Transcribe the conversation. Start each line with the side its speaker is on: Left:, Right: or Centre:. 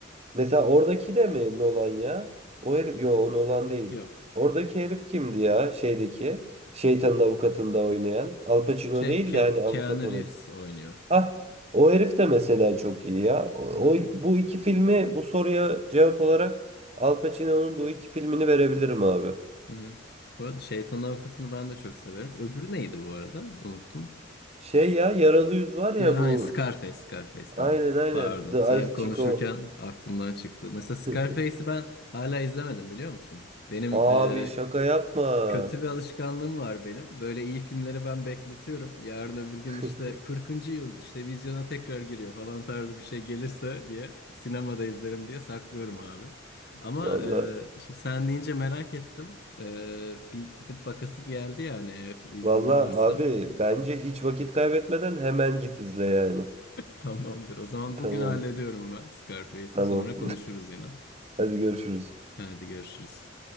Right: Mesela oradaki de mi Nolan ya? O herif, yo o Nolan değil.
Left: Yok.
Right: Oradaki herif kimdi ya şeydeki? Şeytanın avukatında oynayan. Al Pacino
Left: Şey
Right: değil
Left: Ke
Right: de hani avukat
Left: Keanu
Right: olan.
Left: Reeves oynuyor.
Right: Ah o herif de mesela çok iyi ya. O, o-
Left: Hı hı.
Right: bu iki filmi bu soruya cevap olarak Al Pacino'nun bu iki filmini verebilirim abi.
Left: Hı hı. Bu arada Şeytanın Avukatı'nı ben de çok severim. Öbürü neydi bu arada? Unuttum.
Right: Şey ya Yaralı Yüz var ya
Left: Ya
Right: bu.
Left: hani Scarface, Scarface
Right: Aynen
Left: tamam.
Right: aynen.
Left: Pardon.
Right: The
Left: Sen
Right: Ice
Left: konuşurken
Right: Chico.
Left: aklımdan çıktı. Mesela Scarface'i
Right: <laughs>
Left: ben hala izlemedim biliyor musun? Benim
Right: Abi
Left: e,
Right: şaka yapma.
Left: Kötü bir alışkanlığım var benim. Böyle iyi filmleri ben bekletiyorum. Yarın öbür
Right: <laughs>
Left: gün işte 40. yıl işte vizyona tekrar giriyor falan tarzı bir şey gelirse diye sinemada izlerim diye saklıyorum abi. Ama
Right: Vallahi.
Left: e, şimdi sen deyince merak ettim. E, bir gidip bakasım geldi yani eğer iznin
Right: Valla
Left: varsa.
Right: abi bence hiç vakit kaybetmeden hemen git izle yani.
Left: Tamamdır. O zaman
Right: Tamam
Left: bugün hallediyorum ben Scarface'i.
Right: tamam.
Left: Sonra konuşuruz yine.
Right: <laughs> Hadi görüşürüz.
Left: Hadi görüşürüz.